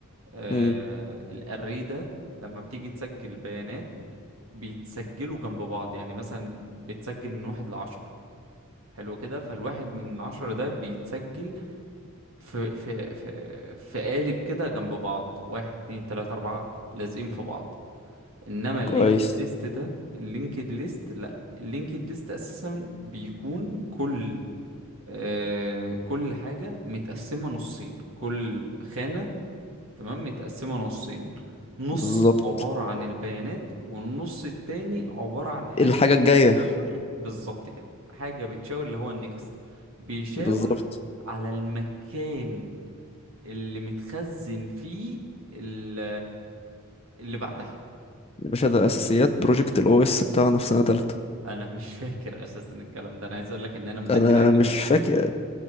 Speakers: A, on the right (about 65°); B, on the left (about 25°).
A: آه
B: مم.
A: الarray ده لما بتيجي تسجل بيانات بيتسجلوا جنب بعض يعني مثلا بتسجل من واحد لعشرة حلو كده فالواحد من عشرة ده بيتسجل في في في في قالب كده جنب بعض واحد اتنين تلاتة أربعة لازقين في بعض إنما اللينكد
B: كويس
A: ليست ده اللينكد ليست لأ اللينكد ليست أساسا بيكون كل آه كل حاجة متقسمة نصين كل خانة تمام متقسمة نصين نص
B: بالظبط
A: عبارة عن البيانات والنص التاني عبارة عن حاجة
B: الحاجة
A: بتشاور
B: الجاية
A: بالظبط كده حاجة بتشاور اللي هو النكست بيشاور
B: بالظبط
A: على المكان اللي متخزن فيه ال- اللي بعدها
B: يا باشا ده اساسيات بروجكت الاو اس بتاعنا في سنه تالتة
A: انا مش فاكر اساسا الكلام ده انا عايز اقول لك ان انا مذاكرها
B: انا
A: كده
B: مش
A: اصلا
B: فاكر